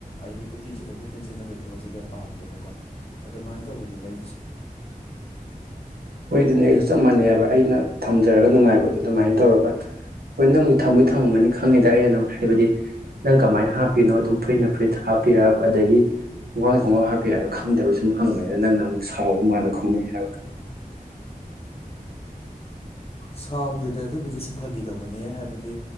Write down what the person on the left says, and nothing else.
ꯑꯩꯗꯤ ꯀꯨꯊꯤ ꯊꯤꯔ ꯀꫭꯏꯆꯦꯟ ꯆꯦꯟꯅꯕꯒꯤ ꯊꯕꯛꯁꯦ ꯀꯌꯥ ꯄꯥꯝꯗꯦꯕꯀꯣ ꯑꯗꯨꯃꯥꯏꯅ ꯇꯧꯕꯅꯤꯗ ꯑꯩꯒꯤꯁꯨ
ꯁꯥꯎꯗꯦꯗ ꯑꯗꯨꯕꯨꯗꯤ ꯁꯨꯝ ꯐꯥꯒꯤ ꯇꯧꯕꯅꯦ ꯍꯥꯏꯕꯗꯤ